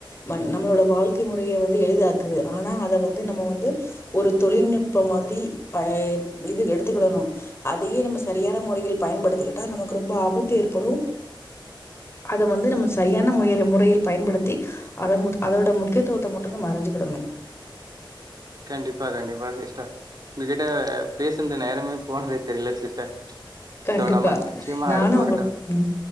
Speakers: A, on the left; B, on the right.
A: நம் நம்மளோட வாழ்க்கை முறையை வந்து எளிதாக்குது ஆனா அத வந்து நம்மோ வந்து ஒரு தொழில்நுட்ப மாதிரி பய இது எடுத்துகிடணு அதயே நம்ம சரியான முறையில் பயன்படுதலாட்டா நமக்கு ரொம்ப ஆபத்து ஏற்படு அத வந்து நம்ம செரியான முயலில் முறையில் பயன்படுத்தி அத மு அதோட முக்கியத்துவத்த மட்டு நம்ம அறிஞ்சுகிடனு
B: கண்டிப்பா கண்டிப்பா சிஸ்டர் உங்ககிட்ட பேசுந்த நேரமே போனதே தெரியல சிஸ்டர்
A: கண்டிப்பா
B: சோ நம்ம நிச்சயமா
A: நானு
B: அடுத்த வருட்டம்
A: உங்க ம்